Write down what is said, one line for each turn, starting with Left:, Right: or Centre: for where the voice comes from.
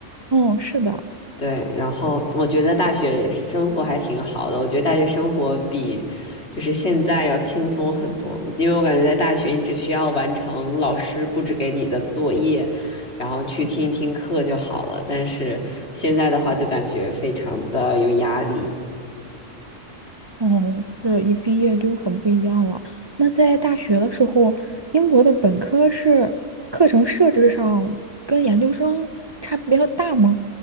Right: 嗯，是的，
Left: 对，然后我觉得大学生活还挺好的，我觉得大学生活比就是现在要轻松很多，因为我感觉在大学你只需要完成老师布置给你的作业，然后去听一听课就好了，但是现在的话就感觉非常的有压力。
Right: 嗯，是一毕业就很不一样了。那在大学的时候，英国的本科是课程设置上跟研究生差别要大吗？